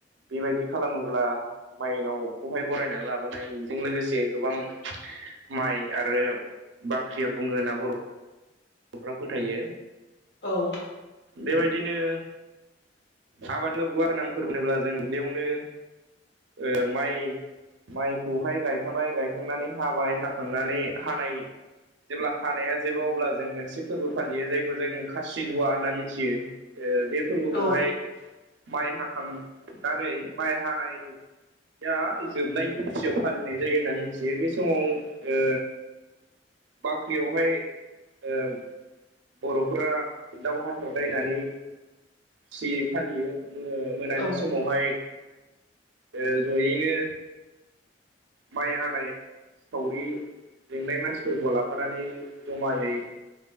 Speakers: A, on the right (about 85°); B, on the left (about 65°).
A: बेबायदि खालामोब्ला माइनावखौहाय बरायनानै लाबोनायजों लोगोसे गोबां माइ आरो बाख्रिया बुङो होनना बर' बर'फ्रा फोथायो।
B: औ
A: बेबायदिनो आबादनो गुवा <unintelligible> गोनांफोर बनोब्ला जों दुब्दियावनो ओ माइ <unintelligible> माइखौहाय गायखांबाय गायखांनानै हाबाय हाखांनानै हानाय जेब्ला हानाया जेबो अब्ला जों मोनसे फोरबो फालियो जायखौ जों खासि दुवा होनना मिथियो ओ बे फोरबोखौहाय
B: औ
A: माइ हाखांनानै माइ हानाय या जोबनायनि खुसियाव फालिनाय जायो होनना मिथियो बे समाव ओ बाख्रियावहाय ओ बर'फोरा दाउ हाथार लायनानै खुसियै फालियो मोनानि
B: औ
A: समावहाय ओ जयैनो माइ हानाय सावरि लेंनाय मानसिफोरखौ लाफानानै जमायै